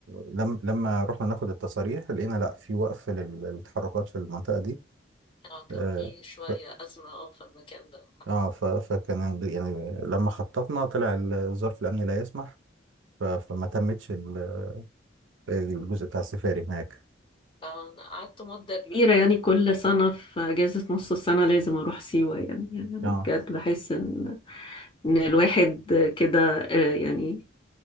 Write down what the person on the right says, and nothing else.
لم لما رحنا ناخد التصاريح لقينا لا في وقف لل- للتحركات في المنطقه دي
آه،
ف...
اه ف... فكان يعني لما خططنا طلع ال- ظرف الامن لا يسمح ف... فما تمتش ال- الجزء بتاع السفاري هناك
اه